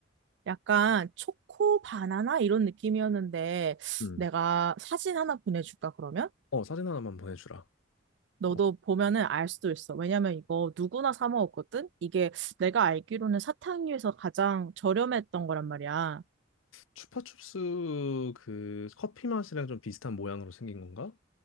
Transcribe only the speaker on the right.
약간 초코 바나나 이런 느낌이었는데
내가 사진 하나 보내줄까 그러면?
너도
보면은 알 수도 있어. 왜냐면 이거 누구나 사 먹었거든? 이게 내가 알기로는 사탕류에서 가장 저렴했던 거란 말이야.